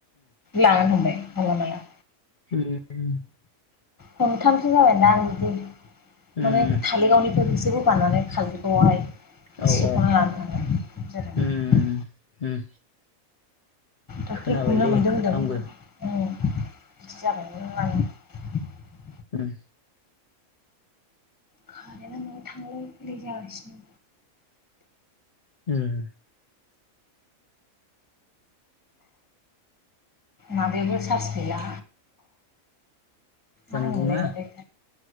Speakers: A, on the left; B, on the left.
A: लानानै थांबाय माला माला।
B: होम।
A: खनथामसो जाबायना आं बिदि
B: उम
A: माने काजलगावनिफ्राय बेख रोगानानै खारग्रायाहाय
B: औ
A: सेख'ना
B: औ
A: लाना थांदों बिदि जादों।
B: उम उम
A: दाखालि
B: खोनाबायलै
A: हमनो मोनदों होनदों
B: आंबो
A: औ। बिदि जाबाय <unintelligible>
B: उम।
A: कारेन्टा नोङो थांलाय फैलाय जागासिनो।
B: उम।
A: ना बेबो सार्स गैया।
B: जानबुङा
A: मा होनोमोनलाय